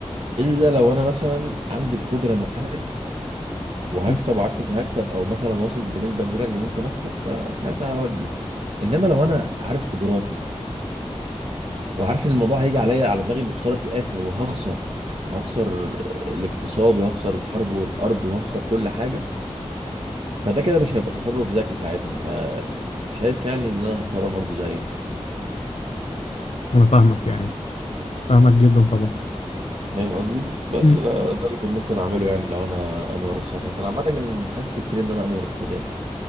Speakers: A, on the right; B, on the left.
A: إلا لو أنا مثلا عندي القدرة إن أحارب وهكسب
B: مم.
A: وعارف إني هكسب أو مثلا واثق بنسبة كبيرة إني ممكن أكسب فساعتها هودي إنما لو أنا عارف قدراتي وعارف إن الموضوع هيجي عليا على دماغي بخسارة في الآخر وهخسر هخسر الاقتصاد وهخسر الحرب والأرض وهخسر كل حاجة فده كده مش هيبقى تصرف ذكي ساعتها فشايف يعني ان انا هتصرف برضه زيه
B: أنا فاهمك يعني فاهمك جدا طبعا
A: فاهم قصدي بس
B: مم.
A: ده ده اللي كنت ممكن اعمله يعني لو انا انور السادات انا عامه كان بحس كتير ان انا انور السادات